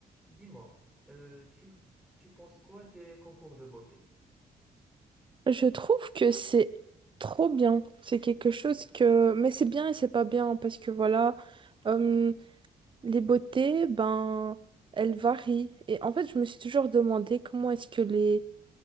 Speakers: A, in the centre; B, on the right.
A: Dis-moi, euh, tu, tu penses quoi des concours de beauté?
B: Je trouve que c'est trop bien. C'est quelque chose que... Mais c'est bien et c'est pas bien parce que voilà, euh, les beautés, ben, elles varient. Et en fait, je me suis toujours demandé comment est-ce que les